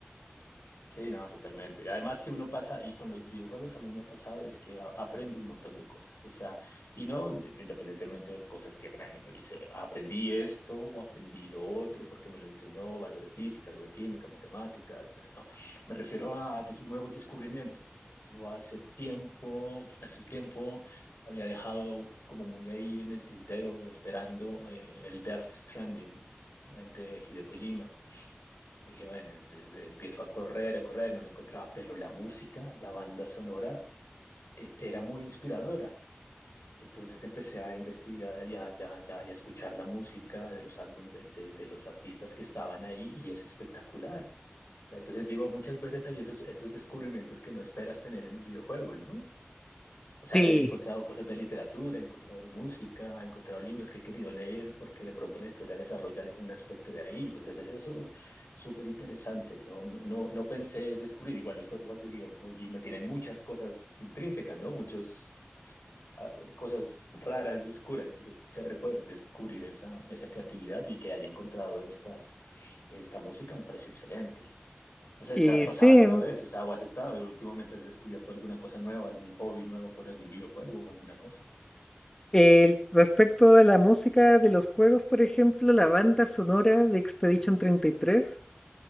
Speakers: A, on the left; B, on the left.
A: Sí, no, totalmente. Y Además que uno pasa, y con los videojuegos a mí me ha pasado, es que a- aprendo un montón de cosas, o sea, y no inde- independientemente de cosas que, bueno, uno dice, aprendí esto o aprendí lo otro porque me lo enseñó algo de física, algo de química, matemáticas, bueno, no, me refiero a des- nuevos descubrimientos. Yo hace tiempo, hace un tiempo había dejado como muy ahí en el tintero esperando eh, el Death Stranding, el de Hideo Kojima. Dije, bueno, este, empiezo a correr, a correr, no lo encontraba, pero la música, la banda sonora, eh, era muy inspiradora. Entonces empecé a investigar y a, ya, ya, ya escuchar la música de los álbumes de, de- de los artistas que estaban ahí y es espectacular. Entonces digo, muchas veces hay esos, esos descubrimientos que no esperas tener en un videojuego, ¿no? O sea,
B: Sí,
A: he encontrado cosas de literatura, he encontrado música, he encontrado libros que he querido leer porque de pronto la historia desarrolla algún aspecto de ahí. Entonces, es eso súper interesante. No, no, no, no pensé descubrir. Igual los juegos de Hideo Kojima tienen muchas cosas intrínsecas, ¿no? Muchas ah, cosas raras y oscuras. Entonces, chévere poder descubrir esa, esa creatividad y que haya encontrado estas, esta música me pareció excelente. O sea,
B: y
A: ¿te ha pasado
B: sí,
A: alguna vez? O sea, ¿o has estado últimamente has descubierto alguna cosa nueva, algún hobby nuevo por algún videojuego o alguna cosa?
B: el, respecto a la música de los juegos, por ejemplo, la banda sonora de Expedition 33